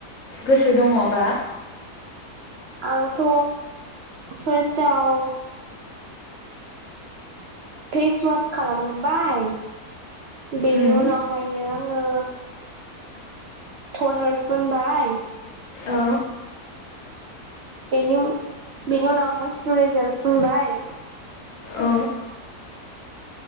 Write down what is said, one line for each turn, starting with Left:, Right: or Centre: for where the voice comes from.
Left: गोसो दङबा
Right: आंथ' फार्स्टआव फेस वास खालामबाय बेनि
Left: उम
Right: उनावहायनो आङो थनर फुनबाय
Left: औ
Right: बेनि बेनि उनाव मइस्चुराइजार फुनबाय
Left: औ